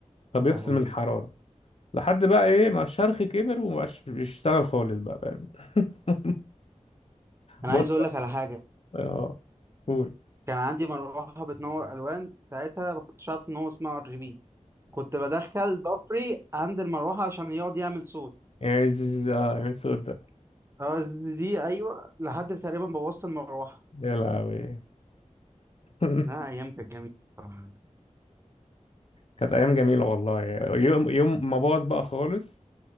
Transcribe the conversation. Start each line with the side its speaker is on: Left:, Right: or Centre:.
Left: فبيفصل
Right: لهوي
Left: من الحراره لحد بقى ايه ما الشرخ كبر ومبقاش بيشتغل خالص بقى فاهم <laughs>
Right: انا
Left: بص
Right: عايز اقول لك على حاجه
Left: اه قول
Right: كان عندي مروحة بتنور ألوان ساعتها ما كنتش عارف إن هو اسمه ار جي بي كنت بدخل ضفري عند المروحة عشان يقعد يعمل صوت
Left: يا زيز- اه يا الصوت ده
Right: اه ز- دي أيوه لحد تقريبا بوظت المروحة
Left: يا لهوي <laughs>
Right: لا أيام كانت جميلة بصراحة
Left: كانت ايام جميله والله يوم يوم ما باظ بقى خالص